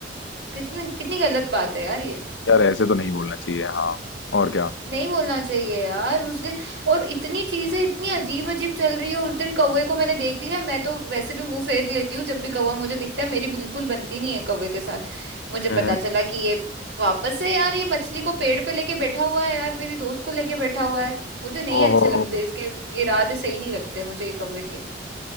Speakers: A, on the right; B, on the left.
A: कितनी कितनी गलत बात है यार ये
B: यार ऐसे तो नहीं बोलना चाहिए हाँ और क्या
A: नहीं बोलना चाहिए यार उस दिन और इतनी चीजें इतनी अजीब अजीब चल रही है उस दिन कौवे को मैंने देख लिया मैं तो वैसे भी मुंह फेर लेती हूँ जब भी कौवा मुझे दिखता है मेरी बिल्कुल बनती नहीं है कौवे के साथ मुझे पता
B: हम्म
A: चला कि ये वापस से यार ये मछली को पेड़ पे लेके बैठा हुआ है यार मेरी दोस्त को लेके बैठा हुआ है मुझे नहीं
B: ओहो
A: अच्छे लगते इसके इरादे सही नहीं लगते मुझे ये कौवे के